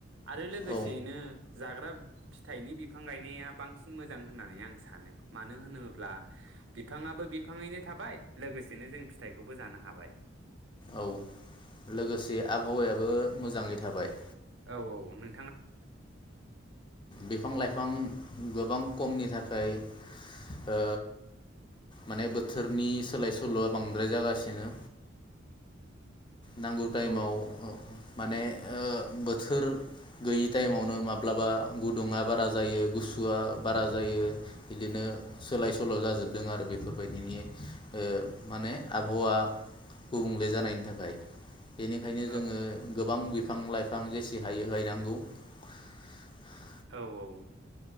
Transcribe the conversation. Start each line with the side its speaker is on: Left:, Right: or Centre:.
Right: आरो लोगोसेयैनो
Left: औ
Right: जाग्रा फिथाइनि बिफां गायनाया बांसिन मोजां होननानै आं सानो। मानो होनोब्ला बिफाङाबो बिफाङैनो थाबाय लोगोसेनो जों फिथाइखौ बो जानो हाबाय।
Left: औ लोगोसे आबहावायाबो मोजाङै थाबाय।
Right: औ औ नों
Left: बिफां लाइफां गोबां खमनि थाखाय ओ माने बोथोरनि सोलाय सोल'आ बांद्राय जागासिनो। नांगौ
Right: औ
Left: टाइमाव माने ओ बोथोर गैयि टाइमावनो माब्लाबा गुदुङा बारा जायो गुसुआ बारा जायो बिदिनो सोलाय सोल' जाजोबदों आरो बेफोरबायदिनि ओ माने आबहावा गुबुंले जानायनि थाखाय बेनिखायनो
Right: औ
Left: जोङो गो गोबां बिफां लाइफां जेसे हायो गायनांगौ। <unintelligible>
Right: औ औ